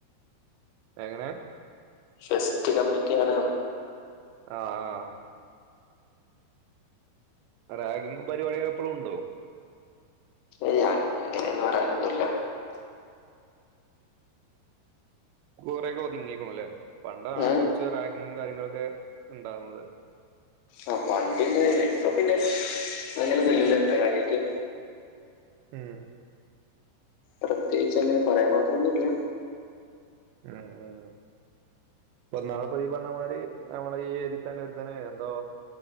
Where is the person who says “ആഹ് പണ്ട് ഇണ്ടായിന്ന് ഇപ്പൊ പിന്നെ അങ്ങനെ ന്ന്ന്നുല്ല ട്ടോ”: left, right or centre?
Left